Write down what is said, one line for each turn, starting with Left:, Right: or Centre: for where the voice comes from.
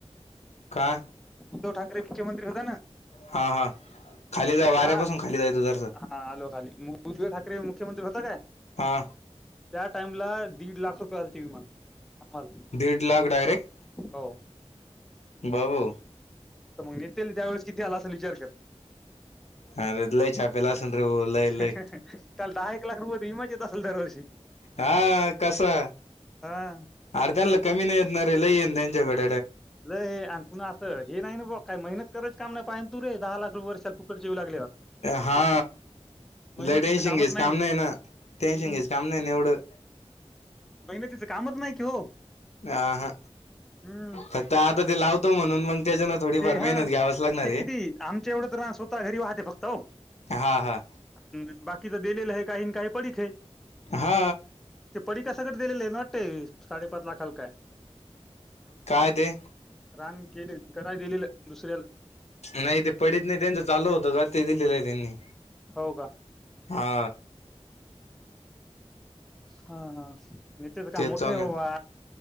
Left: का
Centre: उद्धव ठाकरे मुख्यमंत्री होता ना
Left: हा हा खाली जा वाऱ्यापासून
Centre: त्या
Left: खाली जायचं जरासं
Centre: हा आलो खाली उद्धव ठाकरे मुख्यमंत्री होता काय?
Left: हा
Centre: त्या टाइमला दीड लाख रुपये झालते विमा आम्हाला
Left: दीड लाख डायरेक्ट
Centre: हो
Left: बाबो
Centre: त मग नेत्याला त्यावेळेस किती आला असल विचार कर
Left: अरे लय छापेला असेल रे भाऊ लय लय
Centre: हहह त्याला दहा एक लाख रुपये विमाच येत अस दरवर्षी
Left: हा कसा
Centre: हा
Left: अर्ध्यांला कमी नाही येतणारे लई येन त्यांच्याकड
Centre: लय आण पुुन असं हे नाही ना बॉ काय मेहनत कररायच काम नाही पाय तू रे दहा लाख रुपयाे फुकटचे येऊ लागले
Left: हा
Centre: मेहनतीचं
Left: लय टेन्शन
Centre: कामच
Left: घ्यायचं
Centre: नाही
Left: काम
Centre: ना
Left: टेन्शन
Centre: हम्
Left: घ्यायचं काम नाही ना एवढं
Centre: मेहनतीचं कामच नाही की हो
Left: ह हा
Centre: हम्म
Left: फक्त आता ते लावतो म्हणून मग त्याच्यानं थोडीफार
Centre: ते
Left: मेहनत
Centre: हा
Left: घ्यावाच लागणार
Centre: ते
Left: आहे
Centre: किती आमच्या एवढं तर ना स्वतः घरी वाहते फक्त हो
Left: हा हा
Centre: आणि बाकी तर दिलेलं आहे काही काही पडीक आहे
Left: हा
Centre: पडीक का सगड दिलेले आहे ना वाटते साडेपाच लाखाल काय
Left: काय ते
Centre: काम केले कराय दिले दुसऱ्याला
Left: नाही ते पडत नाही त्यांच चालू होत का ते दिलेलं आहे त्यांनी
Centre: हो का
Left: हा
Centre: हा हा नित्या च् काम
Left: तेच
Centre: मोठ
Left: चालेल
Centre: ये बाबा